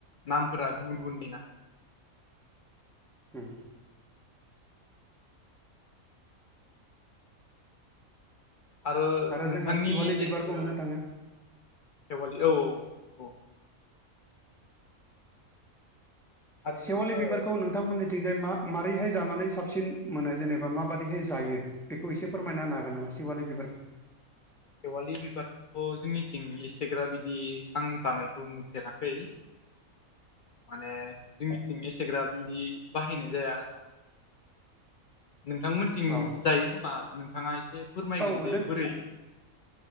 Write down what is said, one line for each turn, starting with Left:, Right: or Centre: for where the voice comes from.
Left: नामफोरा गुबुन गुबुननि ना
Centre: अम
Left: आरो नोंथांनि
Centre: जोङो सेवालि
Left: जे
Centre: बिबारबो
Left: ओ
Centre: मोननो थाङो
Left: खेवालि औ औ नंगौ आरो
Centre: सेवालि
Left: ओ
Centre: बिबारखौ नों थांमोननिथिंजाय मा मारोरैहाय जानानै साबसिन मोनो जेनेबा माबादिहाय जायो बेखौ एसे फोरमायना होनो हागोन नामा सिवालि बिबारखौ
Left: खेवालि बिबारखौथ' जोंनिथिं एसेग्रा बिदि नां जानायखौ नुफेराखै
Centre: <inaudible>
Left: माने जोंनिथिं एसेग्रा बिदि बाहायनाय जाया आरो ना। नोंथांमोनथिं
Centre: औ
Left: जायो खोमा नोंथाङा एसे फोरमायगोन
Centre: औ
Left: जे
Centre: जों
Left: बोरै